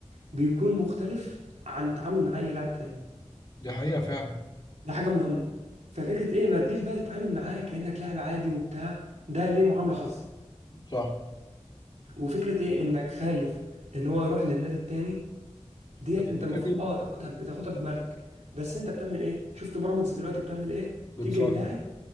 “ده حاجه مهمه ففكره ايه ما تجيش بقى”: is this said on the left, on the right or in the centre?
Right